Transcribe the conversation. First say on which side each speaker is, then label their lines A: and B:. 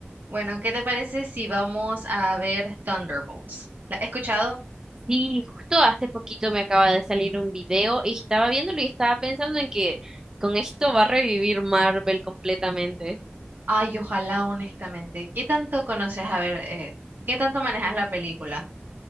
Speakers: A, on the right (about 50°); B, on the right (about 15°).
A: Bueno, ¿qué te parece si vamos a ver Thunderbolts? ¿La has escuchado?
B: Sí, justo hace poquito me acaba de salir un video y estaba viéndolo y estaba pensando en que con esto va a revivir Marvel completamente.
A: Ay, ojalá, honestamente. ¿Qué tanto conoces? A ver, eh, ¿qué tanto manejas la película?